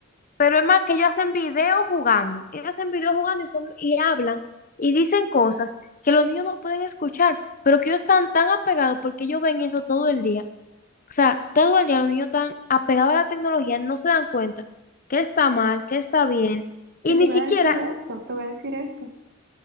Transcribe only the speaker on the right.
Que te
voy
a decir esto, te voy a decir esto.